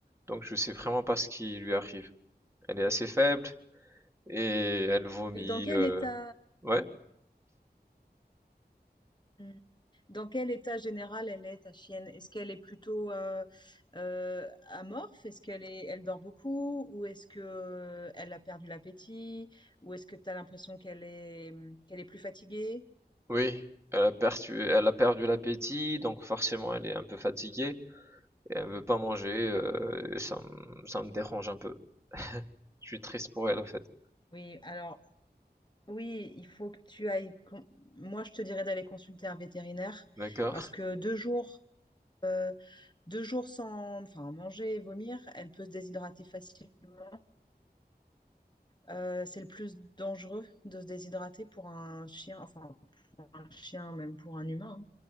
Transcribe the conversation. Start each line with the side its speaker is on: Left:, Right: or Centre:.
Right: donc je sais vraiment pas ce qui lui arrive. Elle est assez faible et elle vomit.
Left: Et dans quel
Right: euh,
Left: état
Right: Ouais,
Left: hmm. dans quel état général elle est ta chienne? Est-ce qu'elle est plutôt euh, euh, amorphe? Est-ce qu'elle est elle dort beaucoup ou est-ce que euh, elle a perdu l'appétit ou est-ce que tu as l'impression qu'elle est hmm, qu'elle est plus fatiguée?
Right: oui. Elle a perdu, elle a perdu l'appétit, donc forcément elle est un peu fatiguée et elle veut pas manger. euh, et ça, me- ça me dérange un peu. Je suis triste pour elle, en fait.
Left: Oui, alors Oui, il faut que tu ailles. con- Moi, je te dirais d'aller consulter un vétérinaire
Right: D'accord.
Left: parce que deux jours, euh, deux jours sans, enfin, manger et vomir, elle peut se déshydrater facilement. Euh, c'est le plus dangereux de se déshydrater pour un chien, enfin pour un chien, même pour un humain, hein.